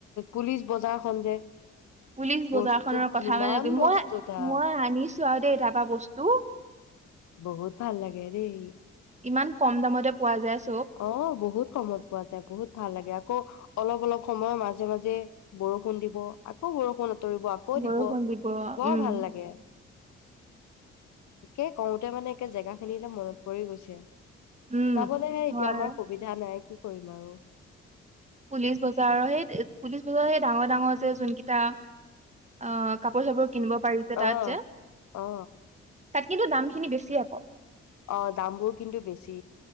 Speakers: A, on the left; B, on the right.
A: পুলিচ বজাৰ খন যে
B: পুলিচ
A: বস্তু
B: বজাৰ খনৰ
A: কিমান
B: কথা মানে
A: বস্তু
B: মই
A: তাত
B: মই আনিছো আৰু দেই তাৰ পৰা বস্তু
A: বহুত ভাল লাগে দেই
B: ইমান কম দামতে পোৱা যায় চব
A: অঁ বহুত কমত পোৱা যায় বহুত ভাল লাগে আকৌ অলপ অলপ সময় মাজে মাজে বৰষুণ দিব আকৌ বৰষুণ তৰিব আকৌ
B: বৰষুণ
A: দিব বৰ
B: উম
A: ভাল লাগে একে কওঁতে মানে একে জেগা খিনিলে মনত পৰি গৈছে
B: উম
A: যাবলৈহে
B: হয়
A: এতিয়া আমাৰ সুবিধা নাই কি কৰিম আৰু
B: পুলিচ বজাৰ আৰু সেই পুলিচ বজাৰ সেই ডাঙৰ ডাঙৰছে যোনকেইটা আহ কাপোৰ চাপোৰ কিনিব পাৰিছে
A: অ
B: তাত যে
A: অ
B: তাত কিন্তু দামখিনি বেছিয়ে আ কৌ
A: অ দামবোৰ কিন্তু বেছি